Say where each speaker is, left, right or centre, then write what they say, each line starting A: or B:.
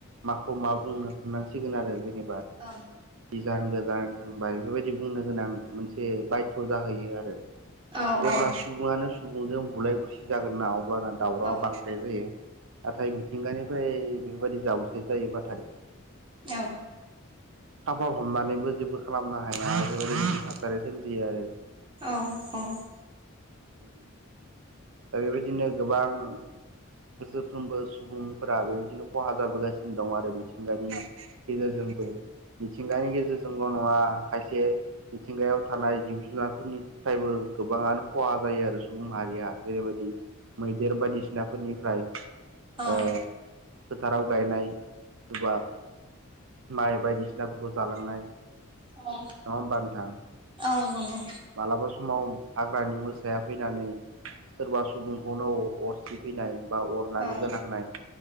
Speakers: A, on the right; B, on the right.
A: माखौ मा बुंनो साननांसिगोन आरो जेनेबा।
B: आरो
A: गोजान गोजान थांबाय बेफोरबायदि बुंनो गोनां मोनसे बायध' जाहैयो आरो।
B: औ
A: जेब्ला
B: औ
A: सुबुङानो सुबुंजों बुलाय बुसि जागोन ना अब्लाना दावरावा
B: औ
A: बां जायो नाथाय मिथिंगानिफ्राय बेफोरबायाददि जाब्रथाय जायोबाथाय
B: औ
A: खाफाल हमनानैबो जेबो खालामनो हाया बेबादि थासारि मोनसे सोमजियो आरो।
B: औ औ।
A: <inaudible> दा बेबायदिनो गोबां बोसोरफ्रोमबो सुबुंफोरा बेबायदिनो खहा जाबोगासिनो दं आरो बि मिथिंगानि गेजेरजोंबो मिथिंगानि गेजेरजोंल' नङा खायसे मिथिंगायाव थानाय जिब जुनारफोरनिफ्रायबो गोबाङानो खहा जायो आरो सुबुं माहारिया। जेरैबायदि मैदेर बायदिसिनाफोरनिफ्राय ओ
B: औ
A: फोथाराव गायनाय जिथुबा माइ बायदिसिनाफोरखौ जालांनाय
B: औ
A: नङा होनबाथां?
B: औ नंगौ
A: मालाबा समाव हाग्रानि मोसाया फैनानै सोरबा सुबुंखौनो अरसि फैनाय बा अरानो
B: औ
A: गोनांनाय